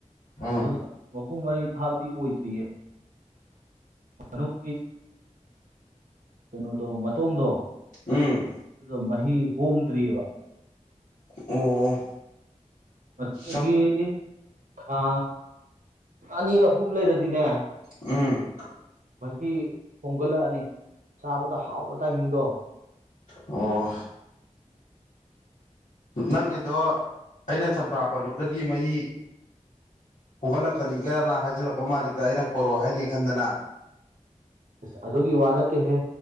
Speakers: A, on the left; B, on the right.
A: ꯎꯝ
B: ꯑꯗꯨꯒ ꯄꯨꯡ ꯃꯩ ꯐꯥꯕꯗꯤ ꯑꯣꯏꯗ꯭ꯔꯤꯌꯦ ꯃꯅꯨꯡꯒꯤ ꯀꯩꯅꯣꯗꯣ ꯃꯇꯣꯡꯗꯣ
A: ꯎꯝ
B: ꯑꯗꯨꯗꯣ ꯃꯍꯤ ꯍꯣꯝꯗ꯭ꯔꯤꯑꯕ꯫
A: ꯑꯣ
B: ꯉꯁꯤꯗꯒꯤ
A: ꯁꯝ
B: ꯊꯥ ꯑꯅꯤ ꯑꯍꯨꯝ ꯂꯩꯔꯗꯤꯅꯦ
A: ꯎꯝ
B: ꯃꯍꯤ ꯍꯣꯡꯒꯠꯂꯛꯑꯅꯤ ꯆꯥꯕꯗ ꯍꯥꯎꯕ ꯇꯥꯏꯃꯤꯡꯗꯣ
A: ꯑꯣ ꯅꯪꯒꯤꯗꯣ ꯑꯩꯅ ꯆꯝꯄ꯭ꯔꯥ ꯄꯜꯂꯨꯕꯗꯒꯤ ꯃꯍꯤ ꯍꯣꯡꯒꯠꯂꯛ ꯀꯔꯤꯒꯅ ꯍꯥꯏꯖꯤꯜꯂꯛꯄ ꯃꯥꯜꯂꯤꯗ ꯑꯩꯅ ꯄꯣꯔꯛꯑꯣ ꯍꯥꯏꯅꯤ ꯈꯟꯗꯅ꯫
B: ꯑꯁ ꯑꯗꯨꯒꯤ ꯋꯥ ꯅꯠꯇꯦꯍꯦ